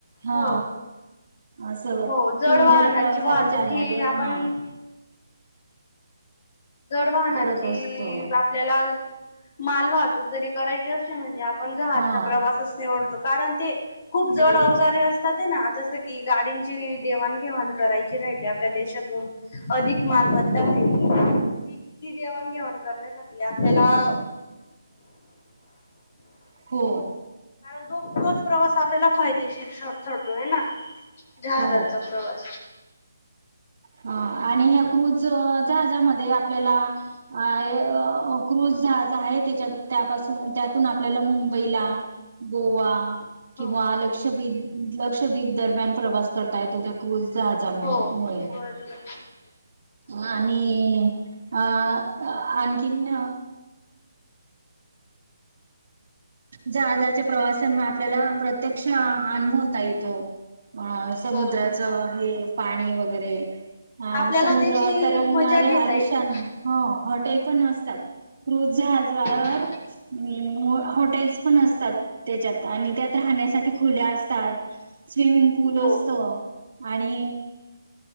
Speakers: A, on the right; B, on the left.
A: हा.
B: हो
A: असं,
B: हो जड
A: तू
B: वाहनांची
A: जलप्रवासाला
B: वाहतूक
A: चालणा
B: ही
A: दे
B: आपण
A: हा.
B: जड वाहनांची
A: करत असतो
B: वाह आपल्याला मालवाहतूक जरी करायची असली म्हणजे आपण जहाजचा
A: हा
B: प्रवासच निवडतो. कारण ते, खूप जड
A: बरोबर
B: अवजारे अस असते ना, जसं की गाडींची देवाण-घेवाण करायची राहिली आपल्या देशातून अधिक मालमत्ता राहिली ही, ती देवण-घेवाण करण्यासाठी आपल्याला
A: हो.
B: कारण तो तोच प्रवास आपल्याला फायदेशीर ठरतो आहे ना. जहाजांचा
A: हो
B: प्रवास.
A: अ, आणि ह्या क्रुज जहाजामध्ये आपल्याला आहे अं, क्रुझ जहाज आहे त्याच्यात, त्यापासून त्यातून आपल्याला मुंबईला गोवा किंवा
B: हो
A: लक्षबीच, लक्षद्वीप दरम्यान प्रवास करता येतो. त्या क्रुज जहाजामूळ,
B: हो
A: मुळे
B: <inaudible>
A: आणि आ, आणखीन जहाजाच्या प्रवाशांना आपल्याला प्रत्यक्ष अनुभवता येतो. अ, समुद्राच
B: हो
A: हे पाणी वगैरे. अ,
B: आपल्याला
A: समुद्रावर
B: त्याची
A: तरंगणारे
B: मजा घेता
A: आलिशान
B: येते
A: हो, हॉटेल पण असतात. क्रुझ जहजावर
B: हो
A: मूळ हॉटेल्स पण असतात त्येच्यात, आणि त्यात राहण्यासाठी खुल्या असतात. स्विमिंग पूल असत,
B: हो
A: आणि